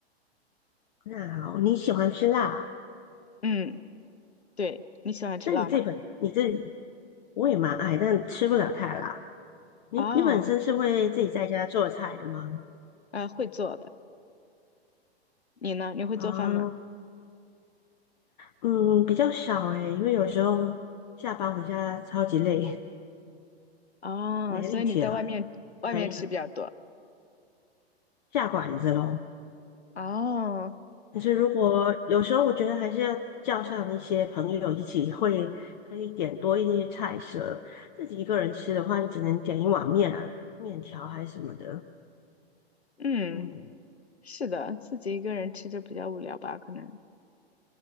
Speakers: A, on the left; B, on the left.
A: 那好，你喜欢吃辣，
B: 嗯，对，你喜欢吃辣吗？
A: 那你这本你这我也蛮爱，但吃不了太辣。你你本身是会自己在家做菜的吗？
B: 啊，呃，会做的。你呢？你会做饭吗？
A: 啊，嗯，比较少诶，因为有时候下班回家超级累，
B: 哦，
A: 没力气了。
B: 所以你在外面外面吃比较多。
A: 对。下馆子喽，
B: 哦，
A: 可是如果有时候我觉得还是要叫上一些朋友一起会，可以点多一些菜色。自己一个人吃的话，就只能点一碗面啊，面条还是什么的。
B: 嗯，
A: 嗯，
B: 是的，自己一个人吃就比较无聊吧，可能。